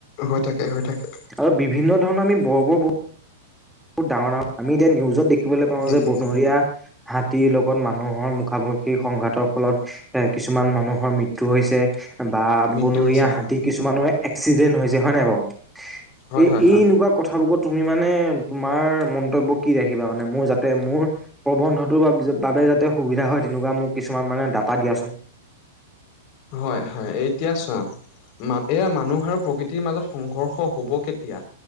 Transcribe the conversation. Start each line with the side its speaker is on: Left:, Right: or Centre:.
Left: হৈ থাকে, হৈ থাকে।
Centre: আৰু বিভিন্ন ধৰণৰ আমি বৰ বৰ বহুত। বহুত, ডাঙৰ, ডাঙৰ আমি এতিয়া নিউজত দেখিবলৈ পাওঁ
Left: দেখি
Centre: যে বনৰীয়া
Left: আছো
Centre: হাতীৰ লগত, মানুহৰ মুখামুখি সংঘাতৰ ফলত, এ কিছুমান মানুহৰ মৃত্যু হৈছে, বা
Left: মৃত্যু
Centre: বনৰীয়া
Left: হৈছে হয়
Centre: হাতী কিছুমানৰ এক্সিডেন্ট হৈছে হয় নাই বাৰু।
Left: হয়
Centre: এই,
Left: হয় হয়
Centre: এই এনেকুৱা কথাবোৰাক তুমি মানে। তোমাৰ মন্তব্য কি ৰাখিবা মানে, মোৰ যাতে মোৰ প্ৰবন্ধটোৰ বাবে যাতে, সুবিধা হয় তেনেকুৱা মোক কিছুমান মানে ডাটা দিয়াচোন
Left: হয়, হয়, এতিয়া চোৱা এয়া মানুহ আৰু প্ৰকৃতিৰ মাজত সংঘৰ্ষ হব কেতিয়া